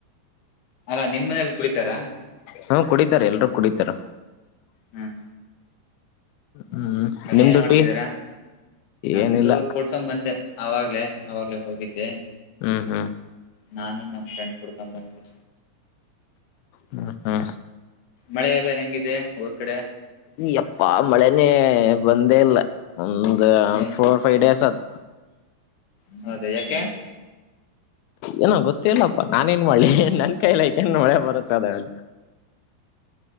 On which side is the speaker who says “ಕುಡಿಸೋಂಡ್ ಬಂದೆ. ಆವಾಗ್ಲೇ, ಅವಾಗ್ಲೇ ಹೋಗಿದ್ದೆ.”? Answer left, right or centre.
Left